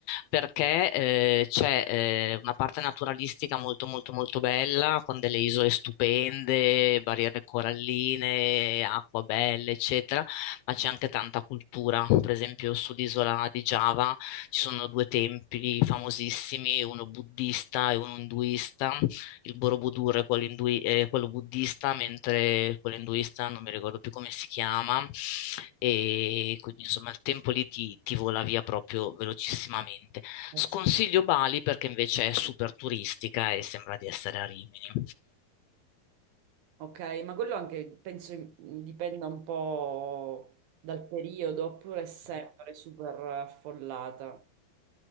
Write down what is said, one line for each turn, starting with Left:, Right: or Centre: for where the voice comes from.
Left: perché eh, c'è eh, una parte naturalistica molto molto molto bella, con delle isole stupende, barriere coralline, acqua belle, eccetera, ma c'è anche tanta cultura. Per esempio sull'isola di Giava ci sono due templi famosissimi, uno buddista e uno induista il Borobudur è quello, indui- è quello buddista, mentre quello induista non mi ricordo più come si chiama, e quindi insomma il tempo lì ti, ti vola via proprio velocissimamente.
Right: Eh
Left: Sconsiglio
Right: sì.
Left: Bali perché invece è super turistica e sembra di essere a Rimini.
Right: Ok, ma quello anche penso dipenda un po' dal periodo, oppure è sempre super affollata.